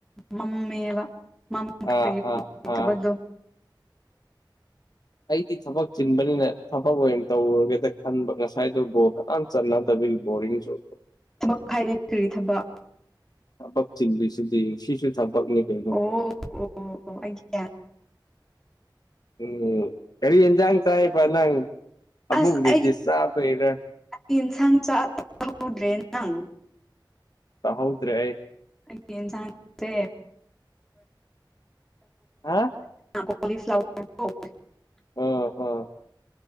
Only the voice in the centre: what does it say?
ꯃꯝꯃꯦꯕ ꯃꯃꯗꯨ
ꯊꯕꯛ ꯍꯥꯏꯥꯏꯗꯤ ꯀꯔꯤ ꯊꯕꯛ
ꯑꯣ ꯑꯣ ꯑꯣ ꯑꯩ ꯒ꯭ꯌꯥꯟ
ꯑꯁ
ꯑꯩ
ꯌꯦꯟꯁꯥꯡ ꯆꯥꯛꯍꯧꯗ꯭ꯔꯦ ꯅꯪ
ꯑꯩ ꯁꯥꯡꯁꯦ
<inaudible>